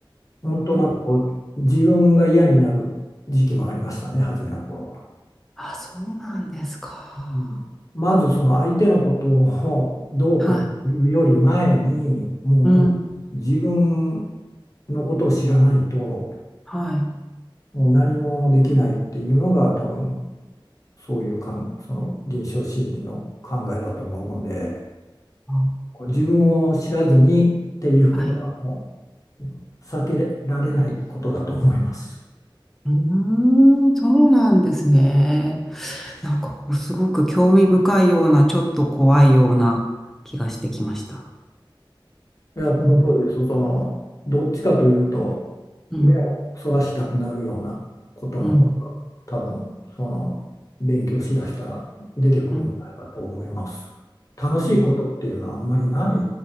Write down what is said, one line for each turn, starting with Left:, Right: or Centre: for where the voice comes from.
Left: 本当なんかこう、
Centre: うん
Left: 自分が嫌になる時期もありましたね、初めの頃は。
Centre: あ、そうなんですか。
Left: うん、まずその相手のことをどうこうというより前に、
Centre: はい。
Left: もうほん自分
Centre: うん。
Left: のことを知らないと、
Centre: はい。
Left: もう何もできないっていうのが多分、そういうかん、その臨床心理の考えだと思うので、
Centre: あ
Left: こう自分を知らずにっていうことはも
Centre: はい。
Left: う避けられないことだと思います。
Centre: うーん、そうなんですね。なんかこう、すごく興味深いような、ちょっと怖いような気がしてきました。
Left: いや、その通りです。
Centre: うん、
Left: その、どっちかというと、
Centre: うん、
Left: 目をそらしたくなるようなことの方が、
Centre: うん、
Left: 多分、その、勉強しだしたら出てくるんじゃないかと思います。
Centre: うん。
Left: 楽しいことっていうのはあんまりない
Centre: え